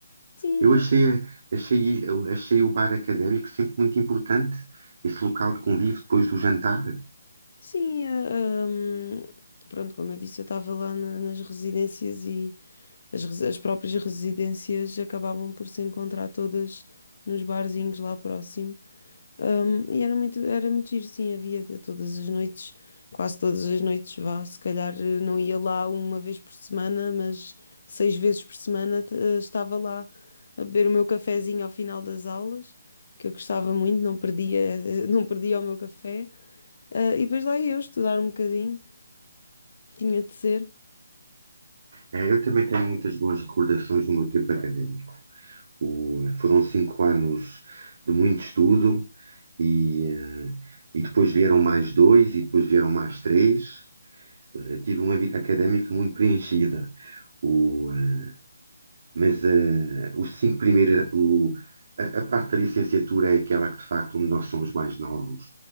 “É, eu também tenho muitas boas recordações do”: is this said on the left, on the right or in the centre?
Right